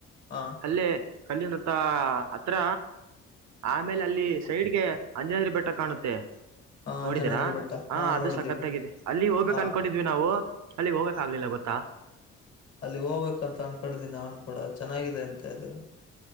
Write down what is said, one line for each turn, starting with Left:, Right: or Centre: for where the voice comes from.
Left: ಹಾ
Right: ಅಲ್ಲೇ ಕಲ್ಲಿನ ರುತ್ತ ಹತ್ರ. ಆಮೇಲೆ ಅಲ್ಲಿ ಸೈಡ್ಗೆ ಅಂಜನಾದ್ರಿ ಬೆಟ್ಟ ಕಾಣುತ್ತೆ.
Left: ಹಾ
Right: ನೋಡಿದೀರಾ
Left: ಅಂಜನಾದ್ರಿ ಬೆಟ್ಟ
Right: ಹಾ ಅದು
Left: ನೋಡಿದೀವಿ
Right: ಸಖತ್ತಾಗಿದೆ ಅಲ್ಲಿ ಹೋಗ್ಬೇಕು
Left: ಹಾ
Right: ಅನ್ಕೊಂಡಿದ್ವಿ ನಾವು. ಅಲ್ಲಿಗ್ ಹೋಗಕ್ ಆಗ್ಲಿಲ್ಲ ಗೊತ್ತಾ.
Left: ಅಲ್ಲಿ ಹೋಗ್ಬೇಕಂತ ಅನ್ಕೊಂಡ್ದೀನಿ ನಾನ್ ಕೂಡ ಚೆನ್ನಾಗಿದೆ ಅಂತೆ ಅದು.